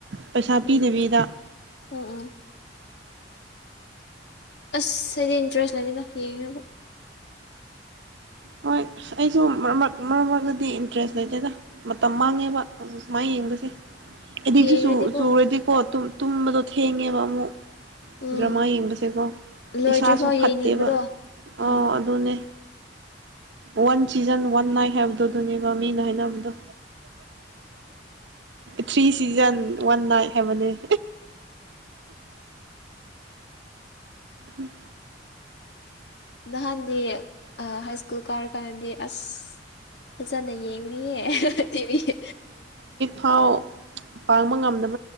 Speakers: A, on the right; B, on the left.
A: ꯄꯩꯁꯥ ꯄꯤꯗꯕꯤꯗ
B: ꯎꯝ ꯎꯝ ꯎꯝ ꯑꯁ ꯍꯥꯏꯗꯤ ꯏꯟꯇꯔꯦꯁ ꯂꯩꯅꯤꯅ ꯌꯦꯡꯉꯕ
A: ꯍꯣꯏ ꯑꯩꯁꯨ ꯃꯔꯛ ꯃꯔꯛ ꯃꯔꯛꯇꯗꯤ ꯏꯟꯇꯔꯦꯁ ꯂꯩꯇꯦꯗ ꯃꯇꯝ ꯃꯥꯡꯉꯦꯕ ꯁꯨꯃꯥꯏ ꯌꯦꯡꯕꯁꯦ ꯁꯤ ꯆ
B: ꯌꯦꯡꯔꯗꯤꯀꯣ
A: ꯆꯨꯔꯦꯗꯤ ꯀꯣꯠꯇꯨꯝ ꯇꯨꯝꯕꯗꯣ ꯊꯦꯡꯉꯦꯕ ꯑꯃꯨꯛ
B: ꯎꯝ
A: ꯗ꯭ꯔꯃꯥ ꯌꯦꯡꯕꯁꯦꯀꯣ
B: ꯂꯣꯏꯗ꯭ꯔꯤꯐꯥꯎ
A: ꯏꯁꯥꯁꯨ ꯐꯠꯇꯦꯕ
B: ꯌꯦꯡꯅꯤꯡꯕꯗꯣ ꯎꯝ
A: ꯑꯣꯥ ꯑꯗꯨꯅꯦ ꯋꯥꯟ ꯆꯖꯟ ꯋꯥꯟ ꯑꯥꯏ ꯍ ꯗ ꯗ ꯃ ꯃꯤꯅ ꯍꯥꯏꯅꯕꯗꯣ ꯊ꯭ꯔꯤ ꯁꯤꯖꯟ ꯋꯥ ꯏ ꯄꯥꯏꯕ ꯎꯝ
B: ꯅꯍꯥꯟꯗꯤ ꯍꯥꯏ ꯁ꯭ꯀꯨꯜ ꯀꯥꯔꯀꯥꯟꯗꯗꯤ ꯑꯁ ꯐꯖꯅ ꯌꯦꯡꯕꯅꯤ ꯇꯤꯚ
A: ꯊꯥꯎ ꯄꯥꯡꯕ ꯉꯝꯗꯕ